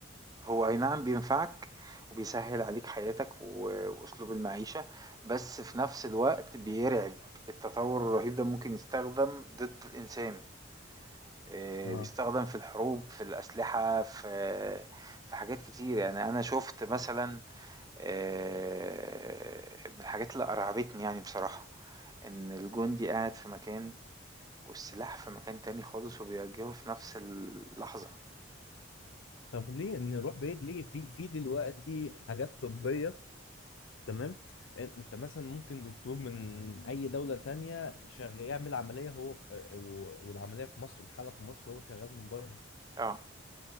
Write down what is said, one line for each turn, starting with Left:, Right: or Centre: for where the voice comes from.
Right: هو أي نعم بينفعك وبيسهّل عليك حياتك و وأسلوب المعيشة، بس في نفس الوقت بيرعب، التطوّر الرهيب ده ممكن يستخدم ضد الإنسان، آآ
Left: اه
Right: بيستخدم في الحروب، في الأسلحة، في في حاجات كتير، يعني أنا شُفت مثلًا آآ من الحاجات اللي أرعبتني يعني بصراحة، إن الجندي قاعد في مكان والسلاح في مكان تاني خالص وبيوجّهه في نفس اللحظة،
Left: طب ليه نروح بعيد ليه في في دلوقتي حاجات طبية تمام ان- انت مثلا ممكن دكتور من اي دولة تانية شغال يعمل عملية هو في و- والعملية في مصر الحالة في مصر هو شغال من بره
Right: آه